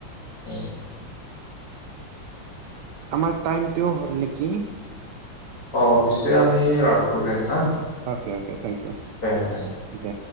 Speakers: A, on the left; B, on the right.
A: <inaudible>
B: আমাৰ টাইমটোও হ'ল নেকি?
A: অঁ অ পিছে আমি ৰাখো দে হা,
B: অকে অকে থেংক ইউ
A: দে দে!
B: দে